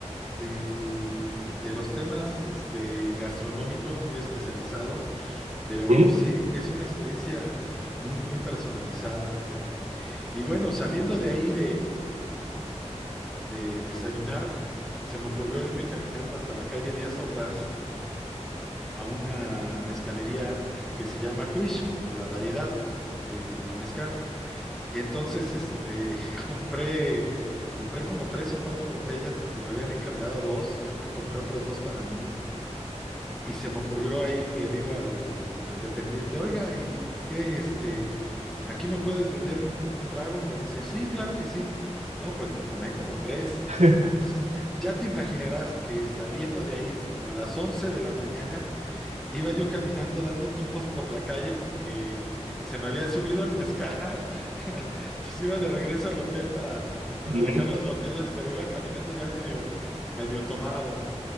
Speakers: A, in the centre; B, on the right.
A: de, de los temas, este, gastronómicos muy especializado, pero
B: ¿Mm?
A: sí, es una experiencia muy, muy personalizada, fíjate. Y bueno, saliendo de ahí de desayunar, se me ocurrió irme caminando hasta la calle Díaz Ordaz a una mezcalería que se llama Quiche, como la variedad de, de mezcal. Y entonces, este, <laughs> compré, compré como tres o cuatro botellas porque me habían encargado dos y creo que compré otras dos para mí. Y se me ocurrió ahí que le digo al, al dependiente, oiga, ¿y qué, este, aquí me puedes vender un, un trago? Y me dice, sí, claro que sí. No, pues me tomé como tres.
B: <laughs>
A: Entonces, ya te imaginarás que saliendo de ahí, como a las 11 de la mañana, iba yo caminando dando tumbos por la calle porque se me había subido el mezcal. <laughs> Entonces iba de regreso al hotel para, para
B: Ujú.
A: dejar las botellas, pero iba caminando ya medio, medio tomado,